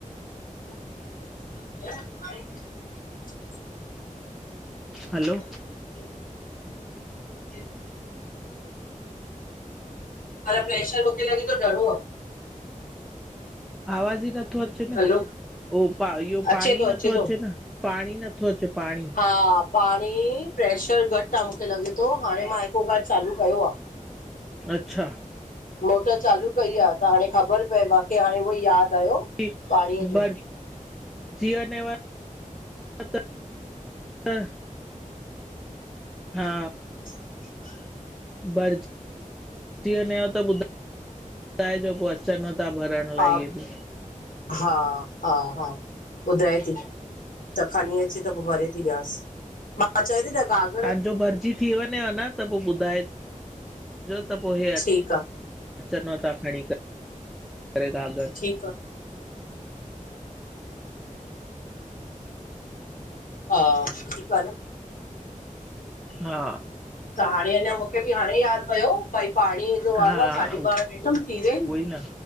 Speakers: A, on the left; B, in the centre.
A: <unintelligible> <inaudible>
B: हलो
A: <unintelligible> पर प्रैशर मूंखे लॻे थो घणो आह।
B: आवाज़ ई नथो अचे न
A: हलो
B: उ इहो पाणी
A: अचे थो
B: ई नथो
A: थो
B: अचे न। पाणी नथो अचे पाणी।
A: हा पाणी प्रैशर घटि आहे मूंखे लॻे थो हाणे मां हिकु कार्ड चालू कयो आह <unintelligible>
B: अच्छा
A: मोटर चालू कई आहे त हाणे ख़बर पए मूंखे हाणे उहो यादि आयो
B: कि
A: पाणीअ जो
B: बड़ जी न <unintelligible> हा
A: <inaudible>
B: भरिजी वञेव त ॿुुधाइजो पोइ अचनव था भरण। लाइ
A: हा
B: इहे बि
A: हा हा हा ॿुधाए थी। त खणी अचे, त पो भरे थी ॾियासि, मां चए थी न गाक <unintelligible>
B: तांजो भरजी थी वञेव न त पो ॿुधाए, जो त पो हे
A: ठीकु आहे
B: अचनव था खणी करे, करे गागर
A: ठीकु आहे हा, ठीक आ न
B: हा
A: त हाणे अञा, मुं छो कि हाणे याद पयो, भई पाणीअ जो वारो
B: हा
A: आह। साढी
B: उहो
A: ॿारांह ॾिठम, थी वया आहिनि
B: ई न